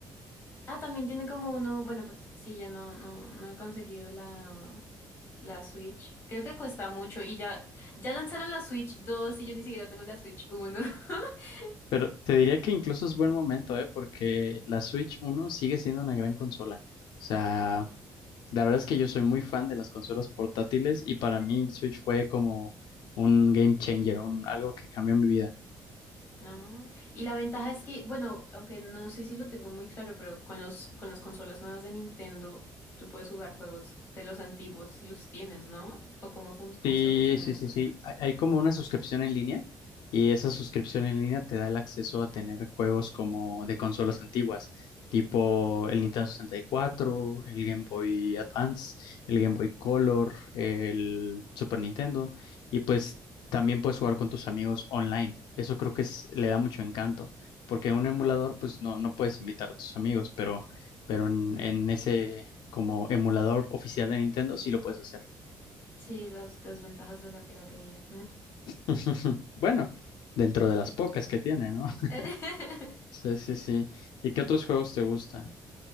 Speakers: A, on the left (about 30°); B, on the left (about 85°).
A: Ah, también tiene como uno, bueno, pues sí, yo no, no, no he conseguido la, la Switch. Creo que cuesta mucho y ya, ya lanzaron la Switch dos. y yo ni siquiera tengo la Switch uno. <laughs>
B: Pero te diría que incluso es buen momento, ¿eh? Porque la Switch uno sigue siendo una gran consola. O sea, la verdad es que yo soy muy fan de las consolas portátiles y para mí el Switch fue como un game changer, un- algo que cambió mi vida.
A: No, y la ventaja es que, bueno, aunque no sé si lo tengo muy claro, pero con los, con las consolas nuevas de Nintendo, tú puedes jugar juegos de los antiguos y los tienes, ¿no? ¿O cómo, fun- cómo
B: Sí,
A: es que funciona
B: sí,
A: eso?
B: sí, sí. Hay hay como una suscripción en línea y esa suscripción en línea te da el acceso a tener juegos como de consolas antiguas, tipo el Nintendo sesenta y cuatro, el Game Boy Advance, el Game Boy Color, el Super Nintendo y pues también puedes jugar con tus amigos online. Eso creo que es- le da mucho encanto, porque en un emulador pues no, no puedes invitar a tus amigos, pero, pero en, en ese como emulador oficial de Nintendo sí lo puedes hacer.
A: Sí, las desventajas de la piratería.
B: <laughs> Bueno, dentro de las pocas que tiene, ¿no? <laughs>
A: <laughs>
B: Sí, sí, sí. ¿Y qué otros juegos te gusta?